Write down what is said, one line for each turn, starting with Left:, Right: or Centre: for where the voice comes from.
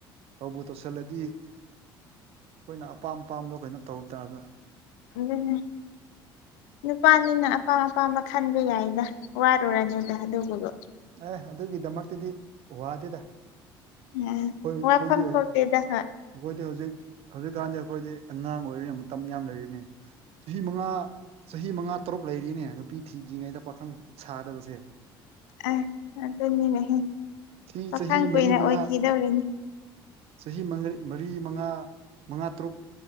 Right: ꯇꯧꯕꯨ ꯇꯧꯁꯤꯜꯂꯗꯤ ꯑꯩꯈꯣꯏꯅ ꯑꯄꯥꯝ ꯑꯄꯥꯝꯕꯗꯣ ꯀꯩꯅꯣ ꯇꯧ ꯇꯥꯕ
Left: ꯑꯗꯨꯅꯦ ꯅꯨꯄꯥꯅꯤꯅ ꯑꯄꯥꯝ ꯑꯄꯥꯝꯕ ꯈꯟꯕ ꯌꯥꯏꯗ ꯋꯥꯔꯨꯔꯅꯨꯗ ꯑꯗꯨꯕꯨꯗꯣ
Right: ꯑꯦ ꯑꯗꯨꯒꯤꯗꯃꯛꯇꯗꯤ ꯋꯥꯗꯦꯗ
Left: ꯑꯥ
Right: ꯣꯏ ꯑꯩꯈꯣꯏꯗꯤ
Left: ꯋꯥꯐꯝ
Right: ꯑꯩꯈꯣꯏꯗꯤ
Left: ꯊꯣꯛꯇꯦꯗ ꯍꯣꯏ
Right: ꯍꯧꯖꯤꯛ ꯍꯧꯖꯤꯛꯀꯥꯟꯗꯤ ꯑꯩꯈꯣꯏꯗꯤ ꯑꯉꯥꯡ ꯑꯣꯏꯔꯤꯅ ꯃꯇꯝ ꯌꯥꯝ ꯂꯩꯔꯤꯅꯤ ꯆꯍꯤ ꯃꯉꯥ ꯆꯍꯤ ꯃꯉꯥ ꯇꯔꯨꯛ ꯂꯩꯔꯤꯅꯦ ꯅꯨꯄꯤ ꯊꯤꯗ꯭ꯔꯤꯉꯩꯗ ꯄꯥꯈꯪ ꯁꯥꯗꯕꯁꯦ
Left: ꯑ ꯑꯗꯨꯅꯤꯅꯦꯍ
Right: ꯁꯤ
Left: ꯄꯥꯈꯪ
Right: ꯆꯍꯤ
Left: ꯀꯨꯏꯅ
Right: ꯃꯔꯤ ꯃꯉꯥ
Left: ꯑꯣꯏꯈꯤꯗꯧꯔꯤꯅꯦ
Right: ꯆꯍꯤ ꯃꯔꯤ ꯃꯉꯥ ꯃꯉꯥ ꯇꯔꯨꯛ